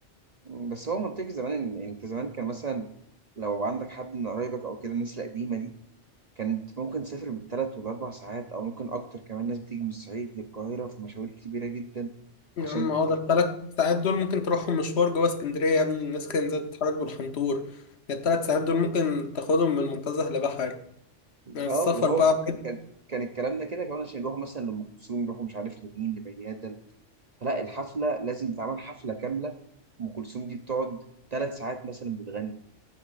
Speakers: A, on the right; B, on the left.
A: بس هو منطقي زمان إن أنت زمان كان مثلا لو عندك حد من قرايبك أو كده الناس القديمة دي كانت ممكن تسافر بالثلاث والاربع ساعات او ممكن اكتر كمان ناس بتيجي من الصعيد للقاهره في مشاوير كبيره جدا
B: يا
A: عشان
B: عم اه ده التلات ساعات دول ممكن تروحهم مشوار جوه اسكندرية يا ابني الناس كانت زي تتحرك بالحنطور ده التلات ساعات دول ممكن تاخدهم من منتزه لبحري يعني
A: اه
B: السفر
A: ده هو
B: بقى <laughs>
A: كان كان الكلام ده كده كمان عشان يروحوا مثلا لام كلثوم يروحوا مش عارف لمين لميادة فلا الحفله لازم تتعمل حفله كامله ام كلثوم دي بتقعد ثلاث ساعات مثلا بتغني